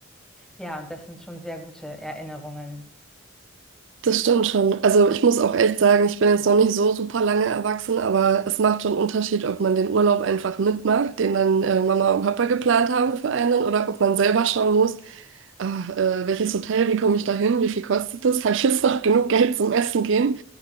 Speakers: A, in the centre; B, on the right.
A: ja, und das sind schon sehr gute Erinnerungen.
B: Das stimmt schon. Also ich muss auch echt sagen, ich bin jetzt noch nicht so super lange erwachsen, aber es macht schon einen Unterschied, ob man den Urlaub einfach mitmacht, den dann äh, Mama und Papa geplant haben für einen, oder ob man selber schauen muss, ah, äh, welches Hotel, wie komme ich da hin, wie viel kostet das, <laughs> habe ich jetzt noch genug Geld zum Essen gehen,